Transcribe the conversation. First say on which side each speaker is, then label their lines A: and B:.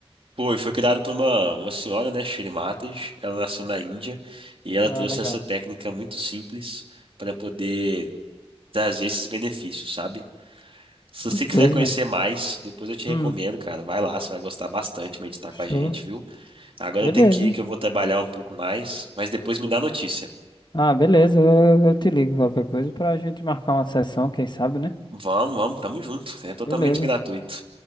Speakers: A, on the right (about 60°); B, on the left (about 45°).
A: Foi, foi criado por uma, uma senhora, né, Shri Matas. Ela nasceu na Índia e ela
B: Ah,
A: trouxe
B: legal.
A: essa técnica muito simples para poder trazer esses benefícios, sabe? Se você
B: Que
A: quiser
B: coisa,
A: conhecer
B: velho.
A: mais, depois eu te
B: Hum,
A: recomendo, cara. Vai lá, você vai gostar bastante de meditar
B: show.
A: com a gente, viu? Agora
B: Beleza.
A: eu tenho que ir, que eu vou trabalhar um pouco mais, mas depois me dá notícia.
B: Ah, beleza. Eu, eu te ligo qualquer coisa pra gente marcar uma sessão, quem sabe, né?
A: Vamos, vamos, tamo junto. É totalmente
B: Beleza.
A: gratuito.